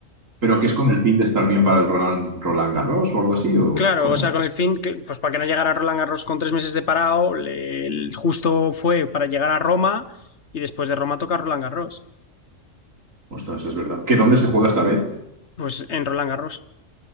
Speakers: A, on the right (about 85°); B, on the left (about 60°).
A: ¿Pero que es con el fin de estar bien para el Roland, Roland Garros o algo así? ¿O
B: Claro,
A: cómo?
B: o sea, con el fin, que, pues para que no llegara Roland Garros con tres meses de parado, le- el- justo fue para llegar a Roma y después de Roma toca Roland Garros.
A: Ostras, es verdad. ¿Que dónde se juega esta vez?
B: Pues en Roland Garros,